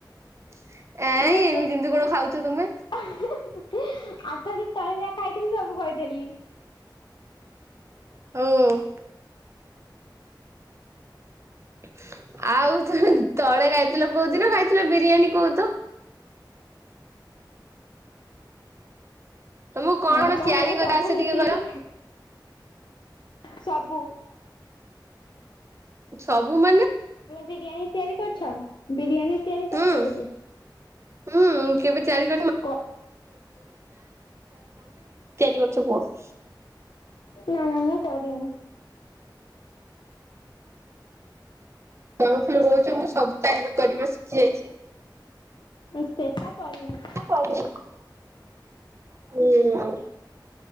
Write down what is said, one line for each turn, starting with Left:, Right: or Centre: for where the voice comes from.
Right: <inaudible>
Left: ମୁଁ ଯେ ଆଠ ଦିନ୍‌ ତଳେ ଯାହା ଖାଇଥିଲି, ସବୁ କ---ଦେଲି।
Right: <inaudible> <inaudible>
Left: ଆଚ୍ଛା
Right: <inaudible> ତମକୁ
Left: <inaudible>
Right: କଣ କଣ ତିଆରି କରି ଆସେ ଟିକେ କହିଲ
Left: ସବୁ।
Right: <inaudible>
Left: ବିରିୟାନୀ ତିଆରି କରିଛ, ବିରିୟାନୀ ତିଆରି
Right: ହୁଁ
Left: କରିଛ କେବେ?
Right: <inaudible> ତମେ କେ---ତି ତିଆରି
Left: କ
Right: କରୁଛ କୁହ?
Left: ନା ମୁଁ କରିନି।
Right: ତମେ ଫେର୍ କହୁଚ, ମୁଁ ସବୁ କରିବା ଶିଖିଯାଇଛି।
Left: ସେଟା କରିନି।
Right: <inaudible> ହୁଁ